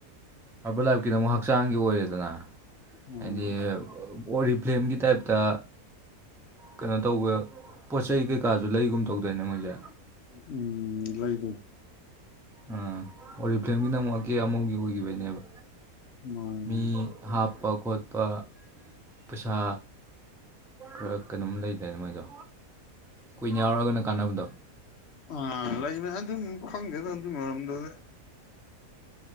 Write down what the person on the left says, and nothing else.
ꯎꯝ
ꯎꯝ ꯂꯣꯏꯗ
ꯃꯥꯅꯦ
ꯑ ꯂꯩꯅꯦ ꯑꯗꯨꯝ ꯈꯪꯒꯦꯗ ꯑꯗꯨꯒꯤ ꯃꯔꯝꯗꯗꯤ